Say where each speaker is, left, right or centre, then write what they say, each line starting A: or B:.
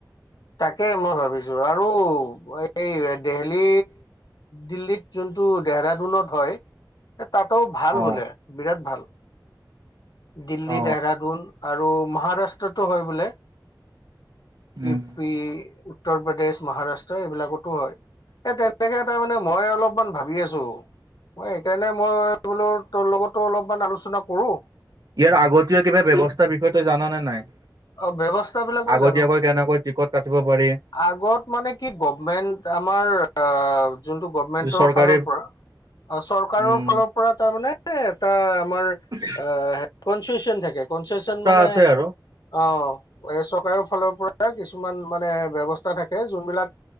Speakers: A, on the left; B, on the right.
A: তাকে মই ভাবিছোঁ আৰু এই দেহলি দিল্লীত যোনটো দেহৰাডুনত হয় তাতো ভাল
B: অ
A: বোলে বিৰাট ভাল। দিল্লী,
B: অ
A: দেহৰাডুন আৰু মহাৰাষ্ট্ৰটো হয় বোলে,
B: উম
A: ই ৱি উত্তৰ প্ৰদেশ, মহাৰাষ্ট্ৰ এইবিলাকতো হয়। এই তেনেকে তাৰ মানে মই অলপমান ভাবি আছো? মই সেইকাৰণে মই বোলো তোৰ লগতো অলপমান আলোচনা কৰোঁ
B: ইয়াৰ আগতীয়া কিবা ব্যৱস্থাৰ বিষয়ে তই জাননে নাই?
A: অ ব্যৱস্থা বিলাক মই
B: আগতীয়াকৈ
A: জানো
B: কেনেকৈ টিকট কাটিব পাৰি?
A: আগত মানে কি গভমেন্ট আমাৰ অ যোনটো গভমেণ্টৰ
B: চৰকাৰী
A: ফালৰ পৰা আৰু চৰকাৰৰ
B: উম
A: ফালৰ পৰা তাৰমানে এটা আমাৰ
B: অ <unintelligible>
A: আ হেড কনচেচন থাকে, কনচেচন মানে
B: আছে আৰু
A: অ, এই চৰকাৰৰ ফালৰ পৰা কিছুমান মানে ব্যৱস্থা থাকে যোনবিলাক